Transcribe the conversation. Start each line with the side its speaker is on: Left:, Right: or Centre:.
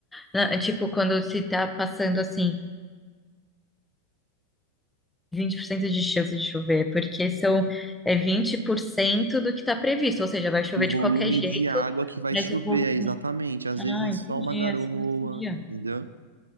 Centre: Na- é Tipo, quando se tá passando assim. 20% de chance de chover, porque são é 20% do que está previsto, ou seja, vai chover
Right: O volume
Centre: de qualquer jeito,
Right: de água que vai
Centre: mas
Right: chover,
Centre: o volume.
Right: é exatamente. Às
Centre: Ah,
Right: vezes é só
Centre: entendi,
Right: uma garoa,
Centre: essa eu não sabia.
Right: entendeu?